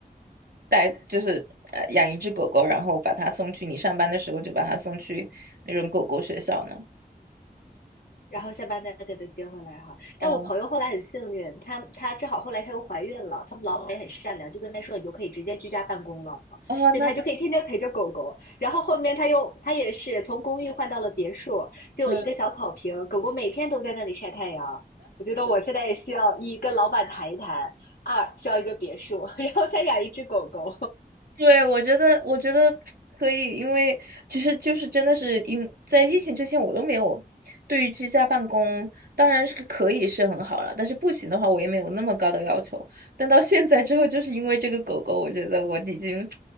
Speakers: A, on the right; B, on the left.
A: 带，就是呃养一只狗狗，然后把它送去你上班的时候就把它送去那种狗狗学校呢？
B: 然后下班再给她接回来哈。
A: 嗯，
B: 但我朋友后来很幸运，她她正好后来她又怀孕了，他们老板也很善良，就跟她说你就可以直接居家办公了，
A: 哦，
B: 所以她就可以天天陪着狗狗。
A: 那就
B: 然后后面她又她也是从公寓换到了别墅，就有一个小草坪，
A: 嗯，<laughs>
B: 狗狗每天都在那里晒太阳。我觉得我现在也需要一跟老板谈一谈，二需要一个别墅，<laughs> 然后再养一只狗狗。
A: 对，我觉得，我觉得可以，因为其实就是真的是因在疫情之前，我都没有对于居家办公，当然是可以是很好了，但是不行的话，我也没有那么高的要求。但到现在之后，就是因为这个狗狗，我觉得我已经